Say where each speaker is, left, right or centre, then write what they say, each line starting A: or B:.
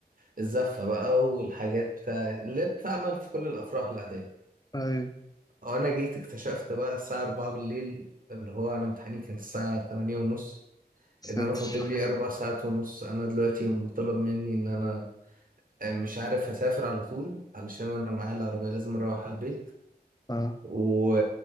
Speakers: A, on the right; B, on the left.
A: الزفة بقى والحاجات بتاع اللي بتتعمل في كل الأفراح العادية
B: ايوه
A: وانا جيت اكتشفت بقى الساعة 4 بالليل اللي هو انا امتحاني كان الساعة 8 ونص
B: ساتر
A: ان انا فاضل لي اربع ساعات ونص انا دلوقتي مطالب مني ان انا آه، مش عارف هسافر على طول علشان انا معايا العربية لازم اروح على البيت
B: اه
A: و...